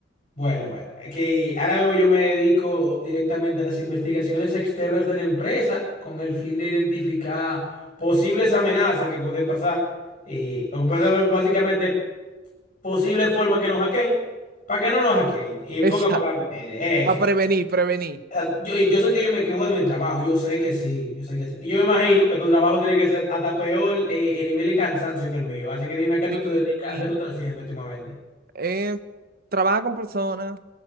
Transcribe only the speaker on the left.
Bueno, bueno, es que ahora yo me dedico directamente a las investigaciones externas de la empresa con el fin de identificar posibles amenazas que pueden pasar, eh, o que pueden ser básicamente posibles formas que nos hackeen, para que no nos hackeen. Y
en
pocas palabras, eh,
eso.
O sea, yo, yo sé que yo me quejo de mi trabajo, yo sé que sí, yo sé que sí. Y yo me imagino que tu trabajo tiene que ser hasta peor eh, el nivel de cansancio que el mío. Así que dime, ¿a qué
tú te dedicas?
¿A qué tú estás haciendo últimamente?